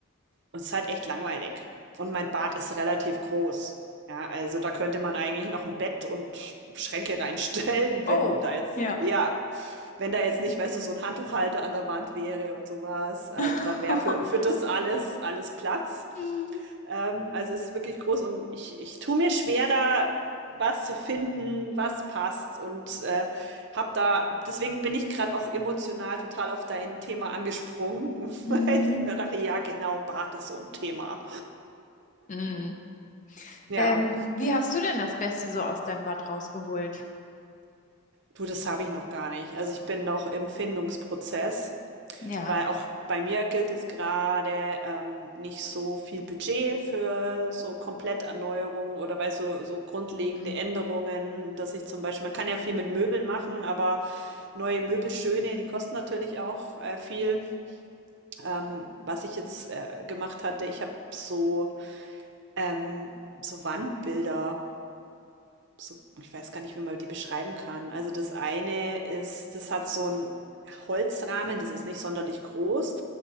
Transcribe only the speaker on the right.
Und es ist halt echt langweilig. Und mein Bad ist relativ groß. Ja, also da könnte man eigentlich noch ein Bett und Schränke reinstellen,
wenn da jetzt,
ja, wenn da jetzt nicht, weißt du, so ein Handtuchhalter an der Wand wäre und sowas, ähm,
dann wäre für, für das alles, alles Platz.
Ähm, also es ist wirklich groß und ich, ich tue mir schwer, da was zu finden, was passt und äh, habe da, deswegen bin ich gerade auch emotional total auf dein Thema angesprungen, <laughs>
weil ich mir dachte, ja genau, Bart ist so ein Thema.
Ja,
du, das habe ich noch gar nicht. Also ich bin noch im Findungsprozess.
Weil auch bei mir gilt jetzt gerade ähm, nicht so viel Budget für so Kompletterneuerungen oder weil so, so grundlegende
Änderungen, dass ich zum Beispiel, man kann ja viel mit Möbeln machen, aber neue Möbel schöne die kosten natürlich auch äh, viel. Ähm, was ich jetzt äh, gemacht hatte, ich habe so, ähm, so Wandbilder so, ich weiß gar nicht, wie man die beschreiben kann. Also das eine ist, das hat so einen Holzrahmen, das ist nicht sonderlich groß.